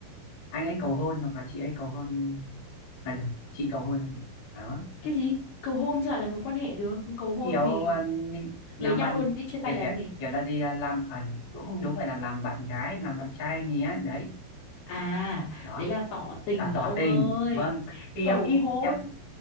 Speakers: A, on the left; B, on the left.
A: anh ấy cầu hôn hoặc là chị ấy cầu hôn là được chị cầu hôn là được đó
B: Cái gì? Cầu hôn sao lại là mối quan hệ được? Cầu hôn
A: kiểu
B: thì
A: ừm, làm
B: lấy nhau
A: bạn
B: luôn đi chia tay
A: kiểu
B: làm
A: kiểu
B: gì?
A: kiểu là gì là làm à, cũng không đúng phải là làm bạn gái làm bạn trai anh ấy đấy
B: À,
A: đó
B: đấy là tỏ tình
A: là tỏ
B: ông
A: tình
B: ơi.
A: vâng thì
B: Cầu
A: em ít
B: hôn.
A: em